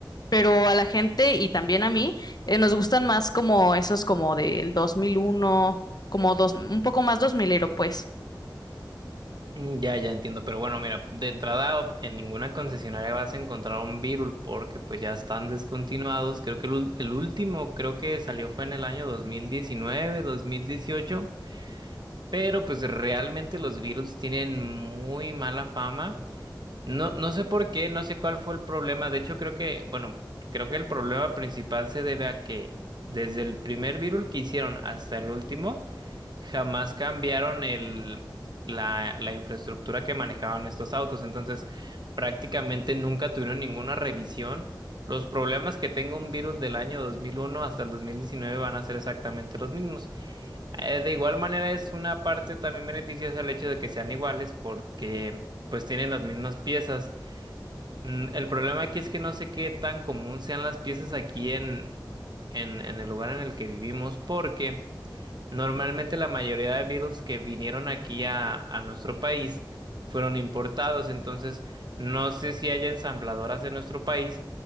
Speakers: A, on the left; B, on the right.
A: pero a la gente y también a mí eh, nos gustan más como esos como del 2001 como dos, un poco más dos milero pues.
B: Mm, Ya, ya entiendo, pero bueno, mira, de entrada en ninguna concesionaria vas a encontrar un Virul porque pues ya están descontinuados. Creo que el, ul- el último creo que salió fue en el año 2019, 2018, pero pues realmente los Viruls tienen muy mala fama. No, no sé por qué, no sé cuál fue el problema. De hecho, creo que, bueno, creo que el problema principal se debe a que desde el primer virul que hicieron hasta el último, jamás cambiaron el, la, la infraestructura que manejaban estos autos. Entonces, prácticamente nunca tuvieron ninguna revisión. Los problemas que tenga un virul del año 2001 hasta el 2019 van a ser exactamente los mismos. Eh, De igual manera es una parte también beneficiosa el hecho de que sean iguales porque pues tienen las mismas piezas. Mm, El problema aquí es que no sé qué tan común sean las piezas aquí en, en, en el lugar en el que vivimos, porque normalmente la mayoría de Beatles que vinieron aquí a, a nuestro país fueron importados, entonces no sé si haya ensambladoras en nuestro país,